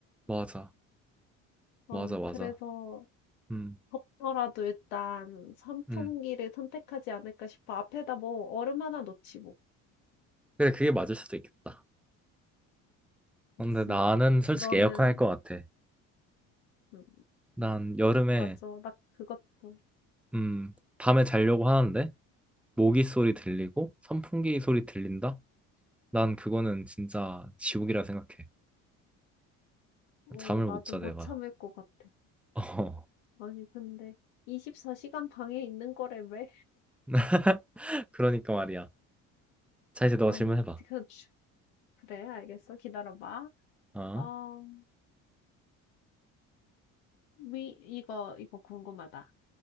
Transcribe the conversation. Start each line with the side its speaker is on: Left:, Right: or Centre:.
Centre: 맞아,
Left: 어,
Centre: 맞아, 맞아.
Left: 그래서
Centre: 음,
Left: 덥더라도 일단 선풍기를
Centre: 음.
Left: 선택하지 않을까 싶어. 앞에다 뭐 얼음 하나 놓지 뭐.
Centre: 근데 그게 맞을 수도 있겠다.
Left: 그치.
Centre: 근데 나는 솔직히
Left: 너는?
Centre: 에어컨 할 것 같아.
Left: 음,
Centre: 난 여름에,
Left: 맞아. 나 그것도.
Centre: 음, 밤에 자려고 하는데, 모기 소리 들리고, 선풍기 소리 들린다? 난 그거는 진짜 지옥이라 생각해.
Left: 어,
Centre: 잠을
Left: 나도
Centre: 못 자,
Left: 못
Centre: 내가.
Left: 참을 것 같아.
Centre: 어,
Left: 아니, 근데 24시간 방에 있는 거라며?
Centre: <laughs> 그러니까 말이야. 자, 이제
Left: 아,
Centre: 너 질문해봐.
Left: 그, <laughs> 그래, 알겠어. 기다려봐.
Centre: 어,
Left: 어, 위, 이거, 이거 궁금하다.